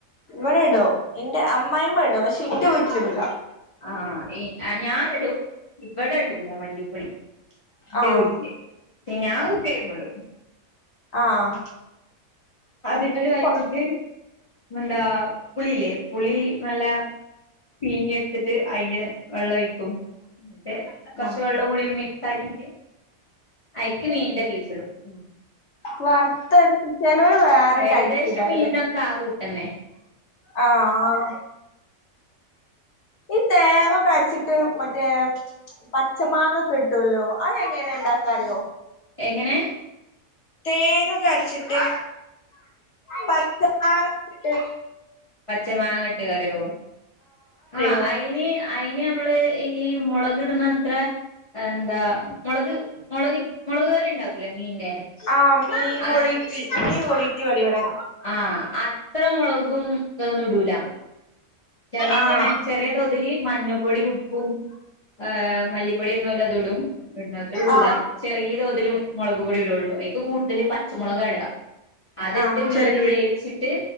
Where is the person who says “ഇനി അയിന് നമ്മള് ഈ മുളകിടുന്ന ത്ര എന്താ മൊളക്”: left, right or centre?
Left